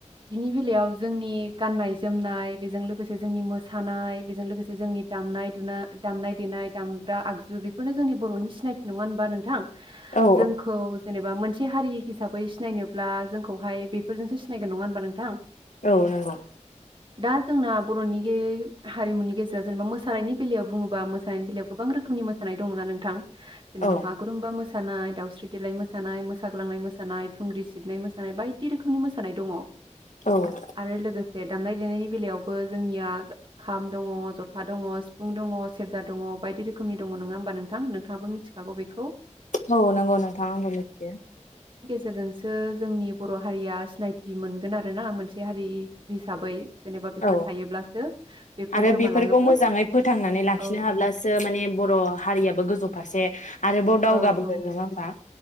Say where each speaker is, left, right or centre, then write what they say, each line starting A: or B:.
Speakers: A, on the right; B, on the left.
A: बिनि बेलायाव जोंनि गाननाय जोमनाय बेजों लोगोसे जोंनि मोसानाय बेजों लोगोसे जोंनि दामनाय दुनाय दामनाय देनाय दामग्रा आगजु बेफोरनो जोंनि बर'नि सिनायथि नङा होनबा नोंथां
B: औ
A: जोंखौ जेनेबा मोनसे से हारि हिसाबै सिनायनोब्ला जोंखौहाय बेफोरजोंसो सिनायगोन नङा होनबा नोंथां
B: औ नोंगौ
A: दा जोंना बर'नि गे हारिमुनि गेजेराव जेनेबा मोसानायनि बेलायाव बुङोबा मोसानायनि बेलायाव गोबां रोखोमनि मो होनाय दङना नोंथां जेनेबा
B: औ
A: बागुरुम्बा मोस सानाय दावस्रि देलाय मोसानाय मोसाग्लांनाय मोसानाय थुंग्रि सिबनाय मोसानाय बायदि रोखोमनि मोसानाय दङ‌'
B: औ
A: आरो लोगोसे दामनाय देनायनि बेलायावबो जोंनिया खाम दङ जथा दङ सिफुं दङ सेरजा दङ बायदि रोखोमनि दङ नङा होमबा नोंथां नोंथाङाबो मिथिखागौ बेखौ
B: औ नंगौ नोंथां आंबों मिथियो
A: जोंसो जोंनि बर' हारिया सिनाय थि मोनगोन आरो ना मोनसे हारि हिसाबै जेनेबा बेफोर
B: औ
A: थायोब्लासो बेफोर
B: आरो
A: गोमालाङोब्ला
B: बेफोरखौ मोजाङै फोथांनानै लाखिनो
A: औ
B: हाब्लासो
A: औ
B: माने बर' हारियाबो गोजौ फारसे आरोबाव दावगाबोगोन
A: औ औ
B: नङा होमबा